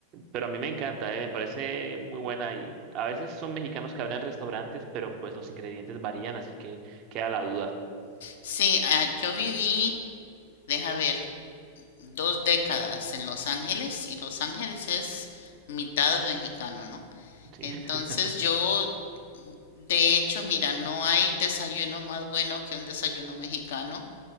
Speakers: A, on the right; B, on the left.
A: Pero a mí me encanta, eh, me parece muy buena y a veces son mexicanos que abren restaurantes, pero pues los ingredientes varían, así que queda la duda.
B: Sí, ah, yo viví, deja ver, dos décadas en Los Ángeles y Los Ángeles es mitad mexicano, ¿no?
A: Sí,
B: Entonces
A: <laughs>
B: yo, de hecho, mira, no hay desayuno más bueno que un desayuno mexicano